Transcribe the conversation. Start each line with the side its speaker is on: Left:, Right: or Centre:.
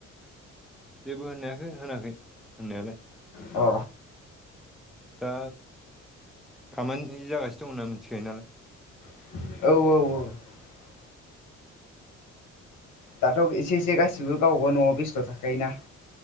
Centre: जेबो होनाखै होनाखै होननायालाय
Left: अ
Centre: दा खामानि जागासिनो दंना मिथिखायो नालाय
Left: औ औ औ दाथ' एसे एसे गासिबो गावबा न'आव बेस्थ' थाखायोना